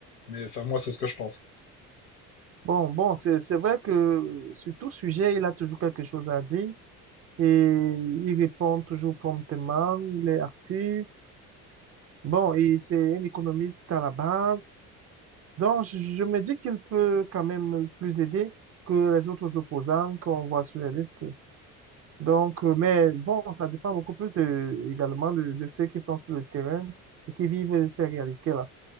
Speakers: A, on the left; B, on the right.
A: mais enfin, moi, c'est ce que je pense.
B: Bon, bon, c'est c'est vrai que sur tout sujet, il a toujours quelque chose à dire et il répond toujours promptement, il est actif. Bon, et c'est un économiste à la base. Donc, je, je me dis qu'il peut quand même plus aider que les autres opposants qu'on voit sur les listes. Donc, euh, mais bon, ça dépend beaucoup plus de, également de, de ceux qui sont sur le terrain et qui vivent ces réalités-là.